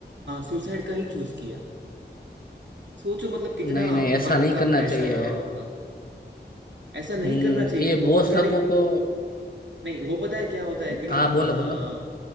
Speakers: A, on the right; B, on the left.
A: सुसाइड का ही चूज किया सोचो मतलब कितना
B: नहीं नहीं ऐसा
A: वर्क
B: नहीं
A: का
B: करना
A: प्रेशर
B: चाहिए
A: रहा होगा ऐसा नहीं
B: हम्म
A: करना चाहिए
B: ये
A: बहुत
B: बॉस
A: सारी
B: लोगों को
A: नहीं वो पता है क्या होता है कि नहीं
B: हाँ
A: अ,
B: बोलो बोलो